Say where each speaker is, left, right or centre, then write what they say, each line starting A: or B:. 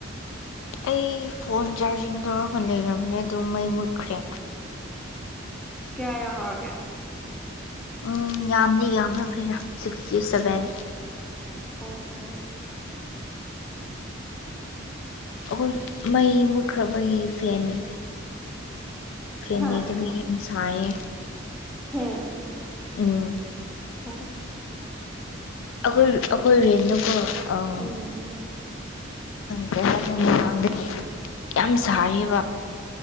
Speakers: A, on the left; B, in the centre.
A: ꯑꯩ ꯐꯣꯟ ꯆꯥꯔꯖꯤꯡ ꯇꯧꯔꯒ ꯂꯩꯔꯝꯃꯦ ꯑꯗꯨ ꯃꯩ ꯃꯨꯠꯈ꯭ꯔꯦ
B: ꯀꯌꯥ ꯌꯧꯍꯧꯔꯒꯦ
A: ꯎꯝ ꯌꯥꯝꯅꯤ ꯌꯥꯝꯅꯈ꯭ꯔꯦꯔ ꯁꯤꯛꯁꯇꯤ ꯁꯚꯦꯟ
B: ꯑꯣ ꯍꯣ
A: ꯑꯈꯣꯏ ꯃꯩ ꯃꯨꯠꯈ꯭ꯔꯕꯒꯤ ꯐꯦꯟꯅꯦ ꯐꯦꯟ
B: ꯍꯥ
A: ꯂꯩꯇꯕꯒꯤ ꯌꯥꯝ ꯁꯥꯏ ꯌꯦ
B: ꯐꯦꯟ
A: ꯎꯝ
B: ꯑꯣ
A: ꯑꯩꯈꯣꯏ ꯑꯩꯈꯣꯏ ꯔꯦꯟ ꯗꯨ ꯀꯣ ꯑꯝ
B: ꯎꯝ
A: ꯀꯩ ꯍꯥꯏꯇꯥꯔꯦ ꯉꯥꯍꯥꯡꯗꯒꯤ ꯌꯥꯝ ꯁꯥꯏꯌꯦꯕ